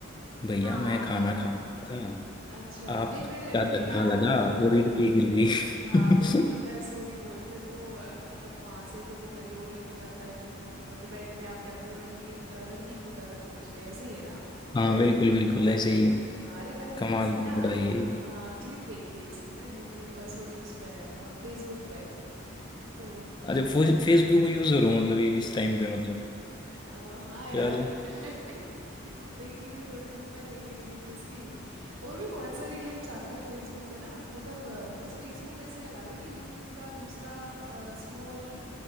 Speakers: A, on the left (about 20°); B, on the right (about 75°).
A: भैया
B: हाँ
A: मैं खाना खा रहा
B: अच्छा
A: था आप
B: नहीं मेरे
A: क्या
B: मेरे
A: धक्का
B: याद
A: लगा
B: आ गई
A: पूरी
B: अभी
A: दिल्ली हिल गई
B: हाँ फिर बोलता
A: <laughs>
B: है सॉरी बोल फिर वो अ, मतलब वहां से फिर वो कहीं और लेके जाता है फिर वो मतलब एंड में आते आते वो रणवीर अ, रणदीप हुड्डा तक पहुंचते हैं ऐसे ही है ना
A: हाँ बिल्कुल बिल्कुल ऐसे ही है।
B: हाँ अरे मैंने
A: कमाल
B: थोड़ी सी
A: की
B: ना
A: लड़ाई है ये
B: हाँ क्लिप देखी है इसकी ना यूट्यूब सॉरी उस पे फेसबुक पे तो
A: अच्छा फेसबुक यूजर हो मतलब ये इस टाइम पे मतलब
B: अ, हाँ
A: चलो
B: यार <laughs> तो देखी थी थोड़े दिन पहले ये क्लिप इसकी और भी बहुत सारी क्लिप्स आती हैं फेसबुक पे ना मतलब अ, बस फेसबुक ऐसे लगा ले कि यूट्यूब का दूसरा स्मॉल